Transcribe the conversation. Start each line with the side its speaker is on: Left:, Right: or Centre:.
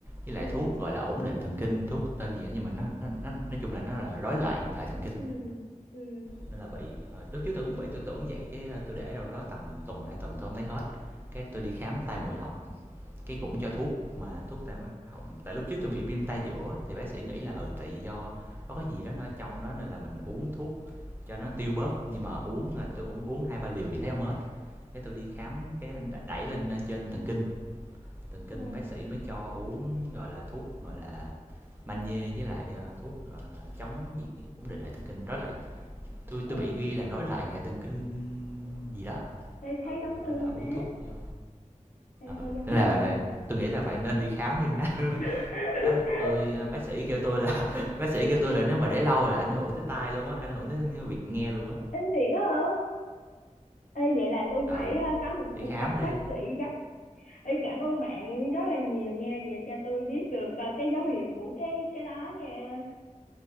Right: với lại
Left: ừ
Right: thuốc gọi là ổn định thần kinh, thuốc tên gì đó nhưng mà nó nó, nó nói chung là nó là rối loạn hệ thần kinh
Left: ừ ừ
Right: nên là bị Ờ, lúc trước tôi cũng bị tôi tưởng vậy cái ờ, tôi để đâu đó tầm tuần hai tuần tôi không thấy hết cái tôi đi khám tai mũi họng cái cũng cho thuốc mà thuốc tam cái họng tại lúc trước tôi bị viêm tay giữa thì bác sĩ nghĩ là ừ tại do có cái gì đó nó trong đó nên là mình uống thuốc cho nó tiêu bớt nhưng mà uống à, tôi uống uống hai ba liều gì thấy không hết cái tôi đi khám cái đẩy lên trên thần kinh thần kinh
Left: ồ
Right: bác sĩ mới cho uống gọi là thuốc gọi là magie với lại ờ, thuốc gọi là chống gì ổn định hệ thần kinh rối loạn tôi
Left: ồ
Right: tôi bị ghi là rối loạn hệ thần kinh gì đó
Left: ê khá
Right: ừ
Left: giống tôi
Right: đó là
Left: nha
Right: uống
Left: má
Right: thuốc vô
Left: ê
Right: ừ
Left: hơi giống
Right: nên là
Left: nha
Right: tôi nghĩ là bạn nên đi khám đi má
Left: <laughs>
Right: Á, tôi à, bác sĩ kêu tôi là <laughs> bác sĩ kêu tôi là nếu mà để lâu là ảnh hưởng tới tai luôn á, ảnh hưởng tới việc nghe luôn á.
Left: ê thiệt đó, hả ê vậy là tôi
Right: Ừ,
Left: phải ờ, có một cuộc
Right: đi khám
Left: gặp
Right: đi.
Left: bác sĩ gấp Ê, cảm ơn bạn rất là nhiều nha về cho tôi biết được ờ, cái dấu hiệu của cái cái đó nha